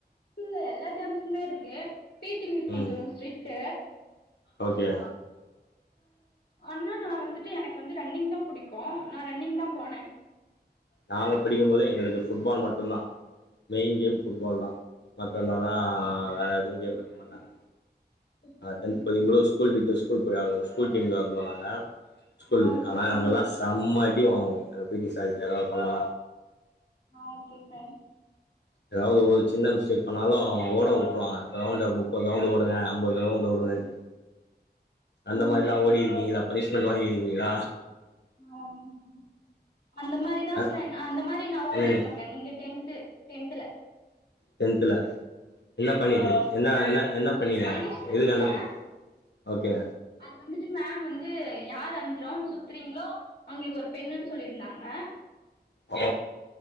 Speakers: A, on the left; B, on the left.
A: ஸ்கூல்ல எல்லா கேம்ஸுமே இருக்கு பி டி மிஸ் கொஞ்சோ
B: ம்
A: ஸ்ட்ரிக்ட்
B: ஓகே
A: ஆனா நா வந்துட்டு எனக்கு வந்து ரன்னிங் தா புடிக்கு நா ரன்னிங் தா போனே
B: நாங்க படிக்கும்போது எங்களுக்கு புட்பால் மட்டுதா மெயின் கேம் ஃபுட்பால் தா மத்ததெல்லலா வேற எதுவு கேம் வைக்க மாட்டாங்க
A: ஓகே
B: அ
A: ஃப்ரெண்ட்ஸ்
B: டென்த் படிக்குபோது ஒரு ஸ்கூல் விட்டு ஸ்கூல் போயி ஆடுவோ ஸ்கூல் டீம்ல வந்தோ நாங்க ஸ்கூல்
A: ஆ
B: விட்டு
A: ஓகே
B: ஆனா
A: ஃப்ரெண்ட்ஸ்
B: நாங்கெல்லா செம்மடி வாங்குவோ எங்க பி டி சார்கிட்டல்லா
A: ஆ ஓகோ <unintelligible>
B: ஏதாவது ஒரு சின்ன மிஸ்டேக் பண்ணாலு ஓட உட்ருவாங்க ரவுண்ட முப்பது ரவுண்டு ஓடுங்க ஒம்பது ரவுண்ட் ஒடுங்கன்ட் அந்த
A: ம்
B: மாரிலா ஓடிருக்கீங்களா பனிஷ்மெண்ட் வாங்கிருக்கீங்களா
A: ஆ ஓகே ஃப்ரண்ட் அந்த மாதிரி தா
B: அ
A: ஃப்ர நா அந்த மாரி நா ஓடி
B: ம்
A: இருக்கே ஃப்ரண்ட் இங்க டென்த் டென்துல
B: டென்துல என்ன பண்ணிட்டு என்ன என்ன என்ன பண்ணிருக்காங்க
A: பனிஷ்மெண்ட்
B: எதுக்கு
A: இல்ல
B: அந்த ஓகே
A: அது வந்து மேம் வந்து யாரு அஞ்சு ரவுண்ட் சுத்துறீங்ளோ அவங்களுக்கு ஒரு பெண்ணுன்னு சொல்லிருந்தாங்க
B: ஓ